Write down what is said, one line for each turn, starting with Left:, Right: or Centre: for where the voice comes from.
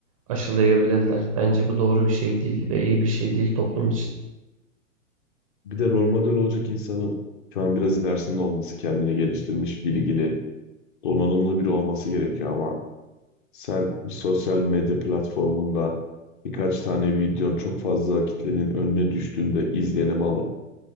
Right: aşılayabilirler. Bence bu doğru bir şey değil ve iyi bir şey değil toplum için.
Left: Bir de rol model olacak insanın şu an biraz ilerisinde olması, kendini geliştirmiş, bilgili, donanımlı biri olması gerekiyor ama sen bir sosyal medya platformunda birkaç tane videon çok fazla kitlenin önüne düştüğünde izlenim alıp